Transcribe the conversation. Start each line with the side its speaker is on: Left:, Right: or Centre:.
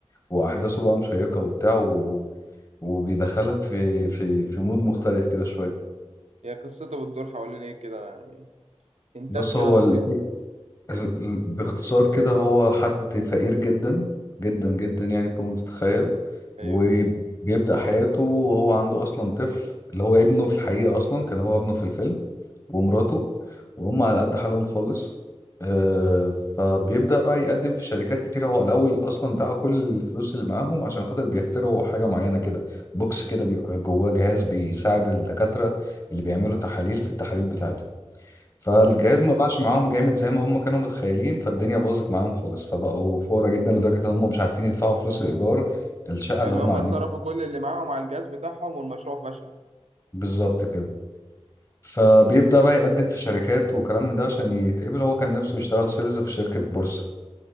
Left: واحداثه بقى مشيقة وبتاع و... وبيدخلك في في في مود مختلف كده شوية
Right: هي قصته بتدور حوالين إيه كده يعني هنتات
Left: بص
Right: كده
Left: هو
Right: بسيطة
Left: ال... ال- ال- باختصار كده هو حد فقير جدا جدا جدا يعني فوق ما تتخيل
Right: أيوه
Left: وبيبدأ حياته وهو عنده اصلا طفل اللي هو ابنه في الحقيقة اصلا كان هو ابنه في الفيلم ومراته وهم على قد حالهم خالص آه، فبيبدأ بقى يقدم في شركات كتيرة هو الأول أصلا باع كل الفلوس اللي معاهم عشان خاطر بيخترعوا حاجة معينة كده بوكس كده بيبقى جواه جهاز بيساعد الدكاترة اللي بيعملوا تحاليل في التحاليل بتاعتهم فالجهاز
Right: مم.
Left: ما باعش معاهم جامد زي ما هم كانوا متخيلين فالدنيا باظت معاهم خالص فبقوا فقراء جدا لدرجة إن هم مش عارفين يدفعوا فلوس الإيجار الشقة
Right: يعني
Left: اللي هم
Right: هما
Left: قاعدين
Right: صرفوا كل اللي معاهم على الجهاز بتاعهم والمشروع فشل
Left: بالظبط كده فبيبدأ بقى يقدم في شركات وكلام من ده عشان يتقبل هو كان نفسه يشتغل سيلز في شركة بورصة